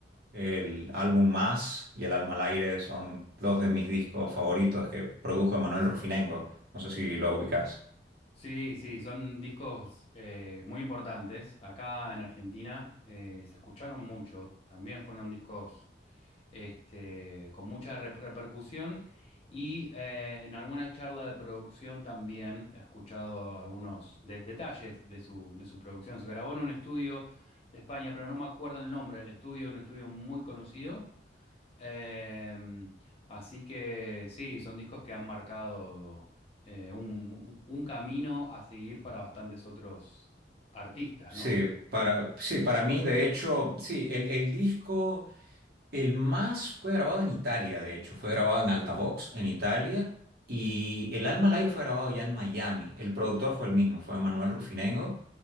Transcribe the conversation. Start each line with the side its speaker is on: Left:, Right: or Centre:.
Right: El álbum Más y El alma al aire son dos de mis discos favoritos que produjo Emanuel Rufinengo. No sé si lo ubicas.
Left: Sí, sí, son discos eh, muy importantes. Acá en Argentina eh, se escucharon mucho. También fueron discos este, con mucha rep- repercusión. Y eh, en alguna charla de producción también he escuchado algunos de- detalles de su, de su producción. Se grabó en un estudio de España, pero no me acuerdo el nombre del estudio, un estudio muy conocido. Eh, así que sí, son discos que han marcado eh, un, un camino a seguir para bastantes otros artistas,
Right: Sí,
Left: ¿no?
Right: para, sí, para mí, de hecho, sí, el, el disco El Más fue grabado en Italia, de hecho, fue grabado en Altavox, en Italia, y El Alma al Aire fue grabado ya en Miami. El productor fue el mismo, fue Manuel Rufinengo,